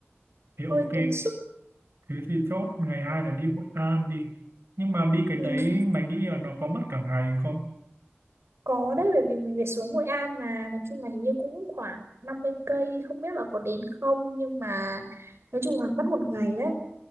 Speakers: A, on the right; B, on the right.
A: thế ok
B: hơi tốn sức
A: thế thì chốt ngày hai là đi Hội An đi nhưng mà đi cái
B: ừ,
A: đấy mày nghĩ là nó có mất cả ngày không
B: có đấy bởi vì mình về xuống Hội An mà nói chung là hình như cũng khoảng năm mươi cây không biết là có đến không nhưng mà nói chung là mất một ngày đấy